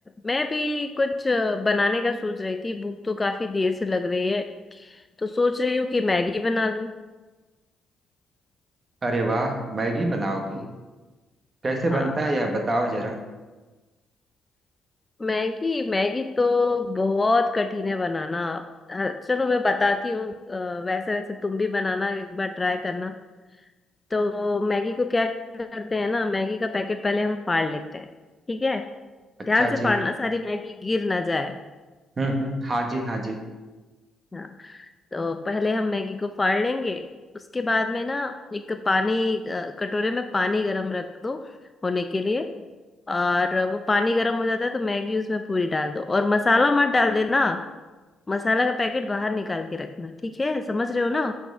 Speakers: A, on the left (about 15°); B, on the right (about 40°).
A: मैं भी कुछ अ, बनाने का सोच रही थी भूख तो काफी देर से लग रही है तो सोच रही हूँ कि मैगी बना लूं
B: अरे वाह मैगी बनाओगी कैसे
A: हाँ
B: बनता है यह बताओ जरा
A: मैगी मैगी तो बहुत कठिन है बनाना हाँ, चलो मैं बताती हूँ अ, वैसे वैसे तुम भी बनाना एक बार ट्राई करना तो मैगी को क्या करते हैं ना मैगी का पैकेट पहले हम फाड़ लेते हैं ठीक है
B: अच्छा
A: ध्यान से
B: जी
A: फाड़ना सारी मैगी गिर ना जाए
B: हम्म हम्म हाँ जी हाँ जी
A: हाँ तो पहले हम मैगी को फाड़ लेंगे उसके बाद में ना एक पानी अ, कटोरे में पानी गरम रख दो होने के लिए और वो पानी गरम हो जाता है तो मैगी उसमें पूरी डाल दो और मसाला मत डाल देना मसाला का पैकेट बाहर निकाल के रखना ठीक है समझ रहे हो ना